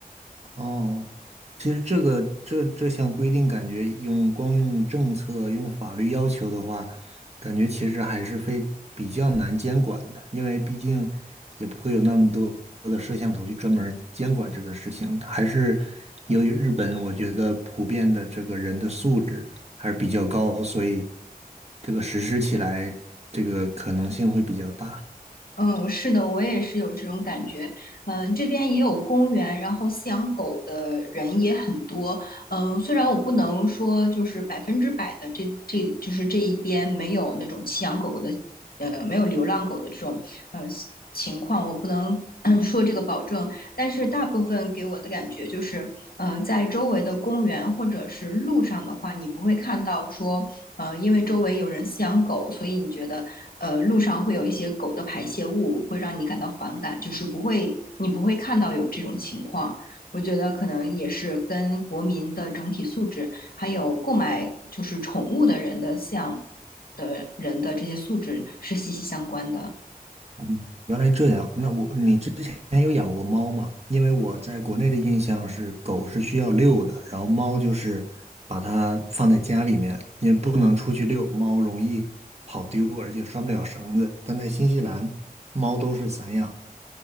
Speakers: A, on the right; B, on the left.
A: 哦，其实这个这这项规定，感觉用光用政策、用法律要求的话，感觉其实还是非比较难监管的，因为毕竟也不会有那么多的摄像头去专门儿监管这个事情。还是由于日本，我觉得普遍的这个人的素质还是比较高，所以这个实施起来这个可能性会比较大。
B: 嗯，是的，我也是有这种感觉。嗯，这边也有公园，然后饲养狗的人也很多。嗯，虽然我不能说就是百分之百的这这就是这一边没有那种弃养狗狗的，呃，没有流浪狗的这种呃情况，我不能嗯 <clears throat> 说这个保证。但是大部分给我的感觉就是，嗯、在周围的公园或者是路上的话，你不会看到说，呃，因为周围有人饲养狗，所以你觉得呃，路上会有一些狗的排泄物，会让你感到反感，就是不会，你不会看到有这种情况。我觉得可能也是跟国民的整体素质，还有购买就是宠物的人的饲养的人的这些素质是息息相关的。
A: 哦，原来这样。那我，你之前有养过猫吗？因为我在国内的印象是狗是需要遛的，然后猫就是把它放在家里面，也不能出去遛，猫容易跑丢，而且拴不了绳子。但在新西兰，猫都是散养的，